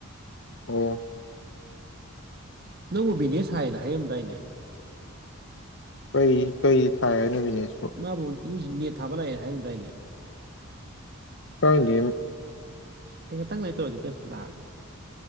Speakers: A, on the left; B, on the right.
A: ꯑꯣ
B: ꯅꯪꯕꯨ ꯕꯤꯅꯦꯁ ꯍꯥꯏꯅ ꯍꯥꯏꯔꯝꯗꯥꯏꯅꯦ
A: ꯀꯩ ꯀꯩ ꯊꯥꯏꯅꯕꯤꯅꯦꯁꯄ
B: ꯃꯥꯕꯨ ꯌꯨ ꯅꯦꯠ ꯊꯥꯕ ꯂꯥꯛ ꯍꯥꯏꯌꯨꯗꯥꯏꯅꯦ
A: ꯈꯪꯗꯤꯌꯦ
B: ꯉꯦꯛꯇꯪ ꯂꯩꯔꯒ ꯇꯧꯔꯁ ꯏꯇꯩꯃ ꯂꯥꯛꯑꯒꯦ